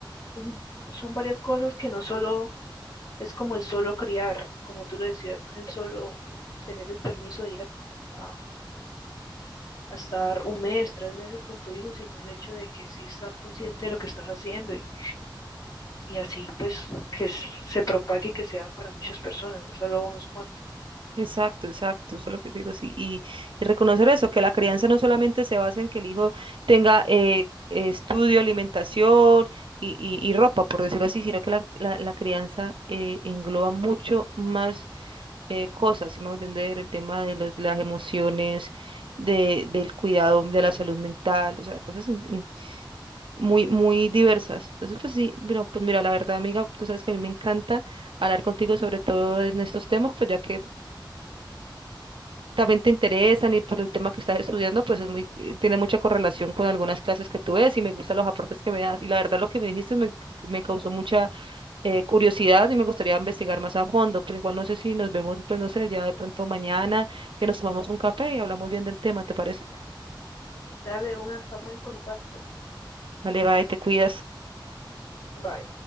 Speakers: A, on the left (about 40°); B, on the right (about 80°).
A: es, son varias cosas que no solo es como el solo criar, como tú lo decías, no es el solo tener el permiso de ir a, a- a estar un mes, tres meses con tu hijo, sino el hecho de que sí estar consciente de lo que estás haciendo y, y así pues que se propague y que sea para muchas personas, no solo unos cuantos.
B: Exacto, exacto, eso es lo que digo, sí. Y, y reconocer eso, que la crianza no solamente se basa en que el hijo tenga eh, eh, estudio, alimentación y, y- y ropa, por decirlo así, sino que la, la- la crianza eh, engloba mucho más eh, cosas, si me voy a entender, el tema de los- las emociones, de, del cuidado de la salud mental, o sea, cosas in- in- muy, muy diversas. Entonces, pues sí, pero pues mira, la verdad, amiga, tú sabes que a mí me encanta hablar contigo sobre todo en estos temas, pues ya que también te interesan y por el tema que estás estudiando, pues es muy, eh, tiene mucha correlación con algunas clases que tú ves y me gustan los aportes que me das. Y la verdad, lo que me dijiste me, me causó mucha eh, curiosidad y me gustaría investigar más a fondo, pero igual no sé si nos vemos, pues no sé, ya de pronto mañana, que nos tomamos un café y hablamos bien del tema, ¿te parece?
A: Dale una, estamos en contacto.
B: Dale, bye, te cuidas.
A: Bye.